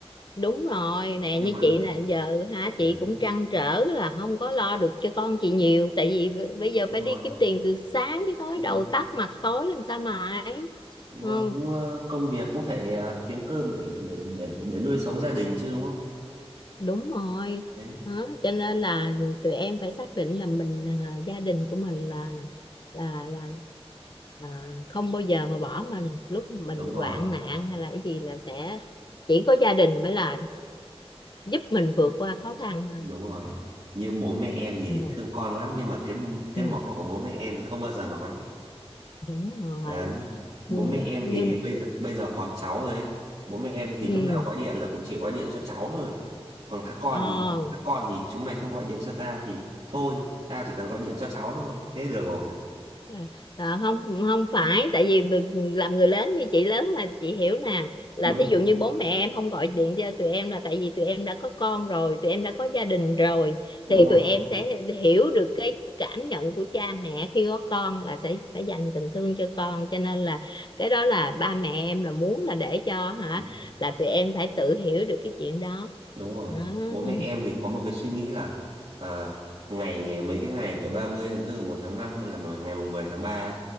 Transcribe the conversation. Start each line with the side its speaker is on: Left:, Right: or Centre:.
Left: đúng rồi nè
Right: nhưng
Left: như
Right: mà
Left: chị nè giờ hả
Right: đấy
Left: chị cũng trăn trở là không có lo được cho con chị nhiều tại vì b- bây giờ
Right: đúng
Left: phải đi
Right: rồi
Left: kiếm tiền từ sáng tới tối
Right: đúng
Left: đầu
Right: rồi
Left: tắt mặt tối làm sao mà ấy
Right: đúng
Left: không
Right: rồi cũng ờ, công việc cũng phải ờ, kiếm cơm để để để để nuôi sống gia đình chứ đúng không
Left: đúng rồi
Right: đấy
Left: đó. cho nên là tụi em phải xác định là mình là gia đình của mình là là là, là không bao giờ mà bỏ mình lúc mà
Right: đúng
Left: mình
Right: rồi
Left: hoạn nạn hay là cái gì là sẽ chỉ có gia đình mới là giúp mình vượt qua khó khăn thôi
Right: đúng rồi như bố mẹ em
Left: ừ.
Right: thì thương con lắm nhưng mà cái cái
Left: Ừ.
Right: mỏ của bố mẹ em thì không bao giờ nói
Left: đúng rồi
Right: Đấy. Bố
Left: ừ.
Right: mẹ em
Left: nhưng
Right: thì bây giờ bây giờ có cháu rồi ấy. Bố mẹ em thì
Left: ừ.
Right: lúc nào gọi điện là cũng chỉ gọi điện cho cháu thôi. Còn các con
Left: Ờ.
Right: thì các con thì chúng mày không gọi điện cho tao thì thôi, tao chỉ cần gọi điện cho cháu thôi. Thế được rồi.
Left: À, à, không không phải tại vì b- làm người lớn như chị lớn là chị hiểu nè là
Right: Đúng rồi.
Left: thí dụ như bố mẹ em không gọi điện cho tụi em là tại vì tụi em đã có con rồi tụi em đã có gia đình rồi
Right: Đúng
Left: thì
Right: rồi.
Left: tụi em sẽ hiểu được cái cảm nhận của cha mẹ khi có con là sẽ phải dành tình thương cho con cho nên là cái đó là ba mẹ em là muốn là để cho hả
Right: Đấy.
Left: là tụi em phải tự hiểu được cái chuyện đó,
Right: Đúng rồi.
Left: đó.
Right: Bố mẹ
Left: ừ
Right: em thì có một cái suy nghĩ là à, ngày mấy cái ngày kiểu 30 tháng tư một tháng năm hay là mười- ngày mùng 10 tháng 3 ấy,